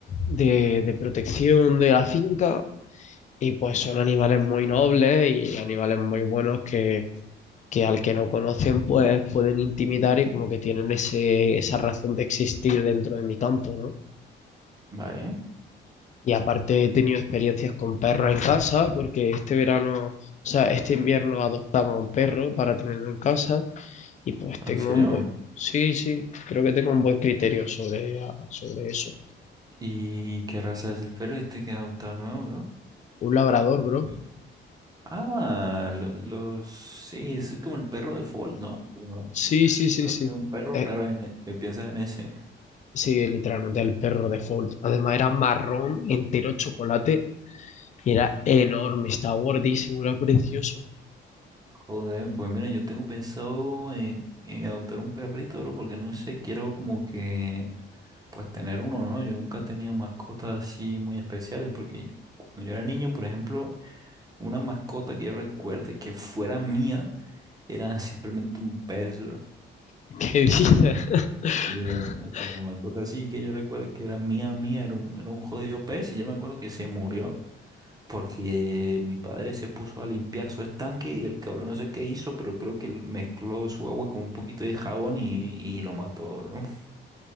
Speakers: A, on the left; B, on the right.
A: de, de protección de la finca Y pues son animales muy nobles y animales muy buenos que, que al que no conocen pues pueden intimidar y como que tienen ese, esa razón de existir dentro de mi campo, ¿no?
B: Vale,
A: Y aparte he tenido experiencias con perros en casa porque este verano, o sea, este invierno adoptaba un perro para tenerlo en casa y pues
B: ¿en
A: tengo
B: serio?
A: un buen, sí, sí, creo que tengo un buen criterio sobre, sobre eso.
B: ¿Y qué raza es el perro este que has adoptado nuevo, bro?
A: Un labrador, bro.
B: El- Ah, lo- los... Sí, es como el perro de Fold, ¿no? Como-
A: Sí, sí, sí,
B: creo
A: sí.
B: que es un perro,
A: Eh,
B: pero en e- me piensa en ese.
A: Sí, literalmente el perro de default. Además era marrón, entero chocolate y era enorme, estaba gordísimo, era precioso.
B: Joder, pues mira, yo tengo pensado en, en adoptar un perrito, bro, porque no sé, quiero como que Pues tener uno, ¿no? Yo nunca he tenido mascotas así muy especiales porque cuando yo era niño, por ejemplo, una mascota que yo recuerde que fuera mía era <laughs> simplemente un pez, bro.
A: <laughs> ¿Qué dices? <laughs>
B: Sí, o sea, la mascota así que yo recuerdo que era mía, mía, era un, era un jodido pez y yo me acuerdo que se murió porque mi padre se puso a limpiar su estanque y el cabrón no sé qué hizo, pero creo que mezcló su agua con un poquito de jabón y, y lo mató, bro. <laughs>